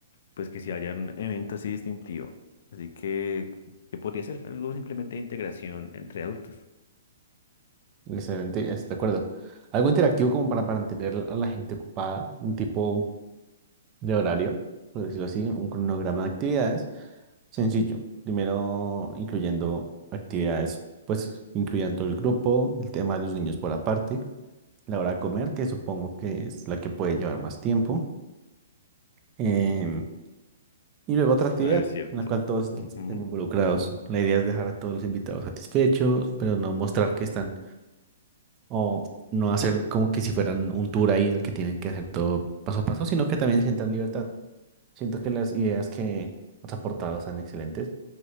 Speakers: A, on the left (about 60°); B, on the right (about 25°).
A: pues que si haya un evento así distintivo. Así que, que podría ser algo simplemente de integración entre adultos.
B: Excelente, estoy de acuerdo. Algo interactivo como para mantener a la gente ocupada, un tipo de horario, por decirlo así, un cronograma de actividades sencillo. Primero incluyendo actividades, pues incluyendo el grupo, el tema de los niños por aparte, la hora de comer, que supongo que es la que puede llevar más tiempo. em, y luego otra actividad
A: Ah, es cierto.
B: en la cual todos estén
A: Ujú,
B: estén involucrados. La idea es dejar a todos los invitados satisfechos, pero no mostrar que están O no hacer como que si fueran un tour ahí en el que tienen que hacer todo paso a paso, sino que también sientan libertad. Siento que las ideas que has aportado están excelentes.